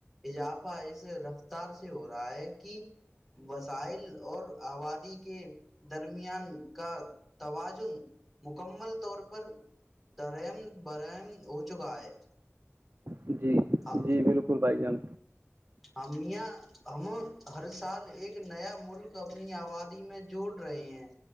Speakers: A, in the centre; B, on the right.
A: اضافہ اس رفتار سے ہو رہا ہے کہ وسائل اور آبادی کے درمیان کا توازن مکمل طور پر درم برم ہو چکا ہے
B: جی
A: ہاں
B: بالکل بھائی جان
A: ہمیاں ہم ہر سال ایک نیا ملک اپنی آبادی میں جوڑ رہے ہیں